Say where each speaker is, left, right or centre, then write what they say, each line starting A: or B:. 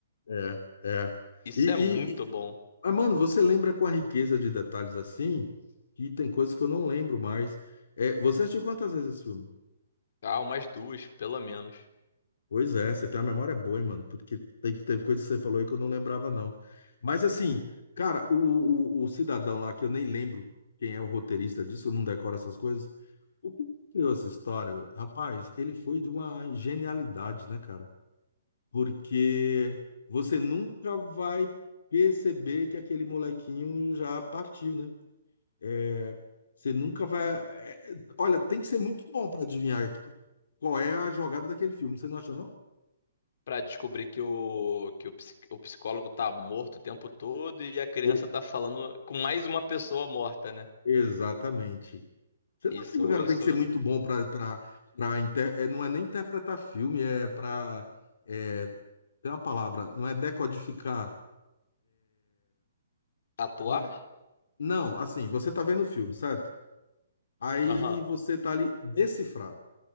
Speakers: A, on the left; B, on the left.
A: É, é.
B: Isso
A: E,
B: é muito
A: e, e-
B: bom.
A: ah, mano, você lembra com a riqueza de detalhes assim? Que tem coisas que eu não lembro mais. É, você assistiu quantas vezes esse filme?
B: Ah, umas duas, pelo menos.
A: Pois é, você tem uma memória boa, hein, mano, porque teve, teve coisas que você falou aí que eu não lembrava, não. Mas assim, cara, o, o, o cidadão lá, que eu nem lembro quem é o roteirista disso, eu não decoro essas coisas. O que criou essa história? Rapaz, ele foi de uma genialidade, né, cara? porque você nunca vai perceber que aquele molequinho já partiu, né? É, você nunca vai. é, olha, tem que ser muito bom para adivinhar qual é a jogada daquele filme, você não acha, não?
B: Pra descobrir que o, que o, ps- o psicólogo tá morto o tempo todo e a criança
A: E-
B: tá falando com mais uma pessoa morta, né?
A: exatamente. Você não
B: Isso,
A: acha que o cara
B: isso.
A: tem que ser muito bom para para é, não é nem interpretar filme, é para é, tem uma palavra, não é decodificar.
B: Atuar?
A: Não, não, assim, você tá vendo o filme, certo? Aí
B: Aham.
A: você tá ali decifrar.